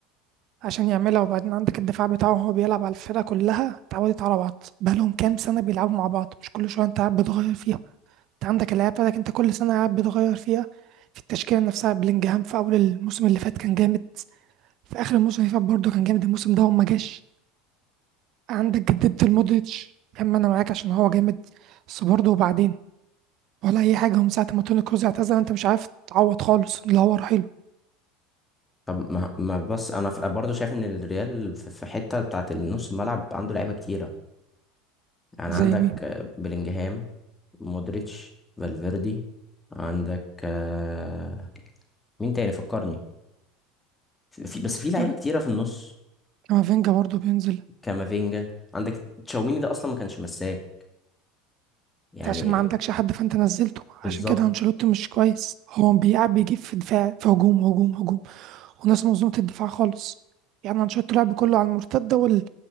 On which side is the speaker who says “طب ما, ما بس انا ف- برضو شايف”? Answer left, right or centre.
Left